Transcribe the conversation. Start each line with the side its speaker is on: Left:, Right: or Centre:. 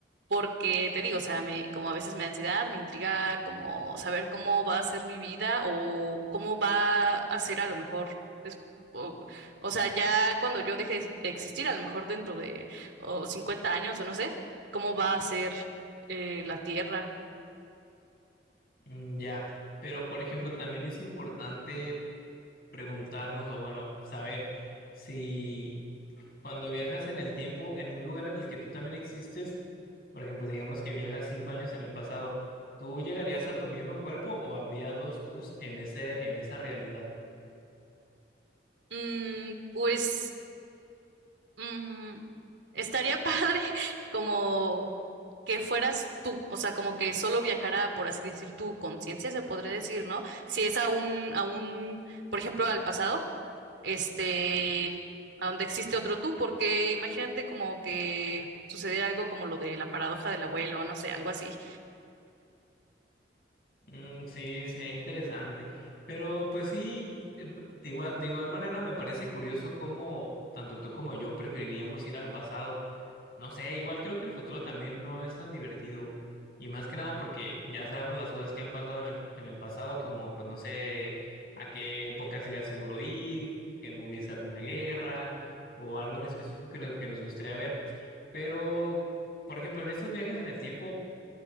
Right: porque te digo, o sea, me, como a veces me da ansiedad, me intriga como saber cómo va a ser mi vida o cómo va a ser a lo mejor des- O, o sea, ya cuando yo deje de si-, existir, a lo mejor dentro de o 50 años o no sé, cómo va a ser eh, la Tierra.
Left: Mm, ya, pero por ejemplo, también es importante preguntarnos o bueno, saber si cuando viajas en el tiempo, en un lugar en el que tú también existes, por ejemplo, digamos que viajas cinco años en el pasado, ¿tú llegarías a tu mismo cuerpo o habría dos tus en ese, en esa realidad?
Right: Mm, pues Mm, estaría padre <laughs> como que fueras tú, o sea, como que solo viajara, por así decir, tu conciencia, se podría decir, ¿no? Si es a un, a un, por ejemplo, al pasado, este, a donde existe otro tú, porque imagínate como que sucediera algo como lo de la paradoja del abuelo, o no sé, algo así.
Left: Mm, sí, sería interesante. Pero pues sí, eh, de igual, de igual manera me parece curioso cómo tanto tú como yo preferiríamos ir al pasado. No sé, igual creo que el futuro también no es tan divertido. Y más que nada porque ya sabemos las cosas que han pasado en el, en el pasado, como pues no sé a qué época sería seguro ir, que no hubiese alguna guerra o algo en específico que nos, que nos gustaría ver. Pero, por ejemplo, en estos viajes en el tiempo